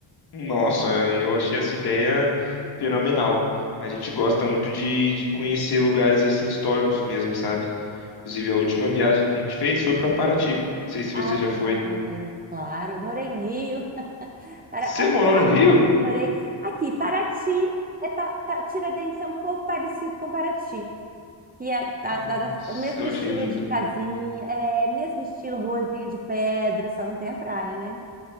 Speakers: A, on the left; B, on the right.
A: Nossa, eu achei essa ideia fenomenal. A gente gosta muito de, de conhecer lugares assim históricos mesmo, sabe? Inclusive, a última viagem que a gente fez foi para Paraty. Não sei se
B: Ai,
A: você já foi.
B: claro, eu morei no Rio. Para,
A: Você
B: é,
A: morou
B: ah,
A: no Rio?
B: morei aqui, Paraty. É, pa- tá- Tiradentes é um pouco parecido com Paraty. que é da-
A: Nossa,
B: da- da- o mesmo
A: eu
B: estilo
A: achei lindo.
B: de casinha, é mesmo estilo ruazinha de pedra, só não tem a praia, né?